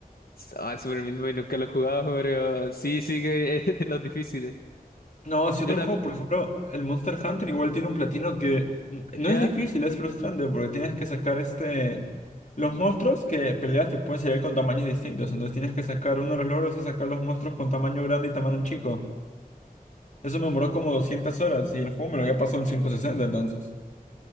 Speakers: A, on the left; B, on the left.
A: Ah, el Super Meat Boy nunca lo he jugado, pero sí, sí que <laughs> es de los difíciles.
B: No, si
A: Yo,
B: otro
A: tam-
B: juego, por ejemplo, el Monster Hunter igual tiene un platino que n-
A: ¿Ya?
B: no es difícil, es frustrante porque tienes que sacar este... Los monstruos que peleas te pueden salir con tamaños distintos, entonces tienes que sacar uno de los logros es sacar los monstruos con tamaño grande y tamaño chico. Eso me demoró como 200 horas y el juego me lo había pasado en 160, entonces.